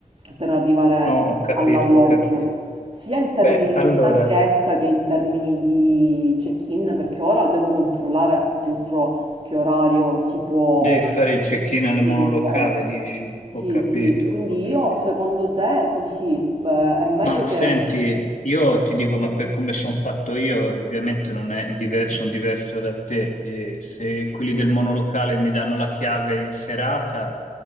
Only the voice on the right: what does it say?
per arrivare
all'alloggio,
sia in termini
di stanchezza che in termini di check-in, perché ora devo controllare entro che orario si può,
si
può fare.
Sì,
sì, quindi
io secondo te così eh, è meglio
che...